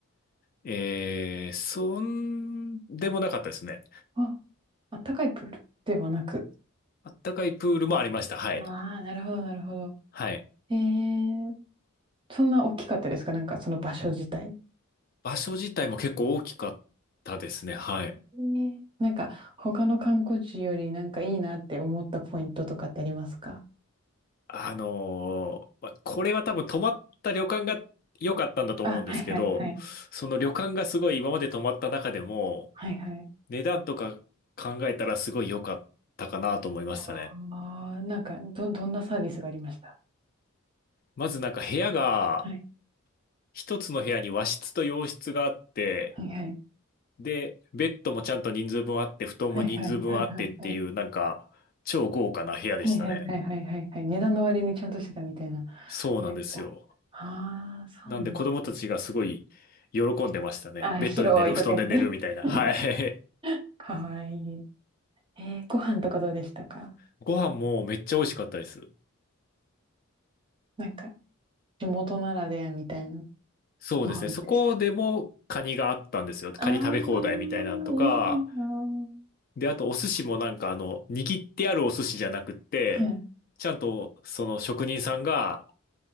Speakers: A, on the left; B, on the right.
A: えー、そんでもなかったですね。
B: あ、あったかいプールではなく。
A: あったかいプールもありました。はい。
B: ああ、なるほどなるほど。
A: はい。
B: えー、そんな大きかったですかなんかその場所自体。
A: 場所自体も結構大きかったですね。はい。
B: ねなんか他の観光地よりなんかいいなって思ったポイントとかってありますか
A: あのーまあ、これは多分泊まった旅館が良かったんだと思うんですけど、
B: あ、はいはいはい。
A: その旅館がすごい今まで泊まった中でも、
B: はいはい。
A: 値段とか考えたらすごい良かったかなと思いましたね。
B: ああ、なんかど、どんなサービスがありました
A: まずなんか部屋が、
B: はい。
A: 一つの部屋に和室と洋室があって、
B: はいはい。
A: で、ベッドもちゃんと人数分あって、布団も人数分あってっていう、
B: はいはいはいはいはい。
A: なんか、超豪華な部屋でしたね。
B: はいはいはいはいはいはい。値段の割にちゃんとしてたみたいな。
A: そうなんですよ。
B: めっちゃ。ああ、そうなの。
A: なんで子供たちがすごい喜んでましたね。
B: あー、
A: ベッドで寝る、
B: 広いとか言って。
A: 布団で寝るみたいな。
B: <laughs>
A: はい。
B: かわいい。えー、ご飯とかどうでしたか
A: <laughs> ご飯もめっちゃ美味しかったです。
B: なんか、地元ならではみたいな
A: そうですね。
B: ご飯でした。
A: そこでもカニがあったんですよ。カニ食べ放題みたいなんとか。
B: ああ、いいな
A: で、あとお寿司もなんかあの、握ってあるお寿司じゃなくって、
B: あ。はい。
A: ちゃんとその職人さんが、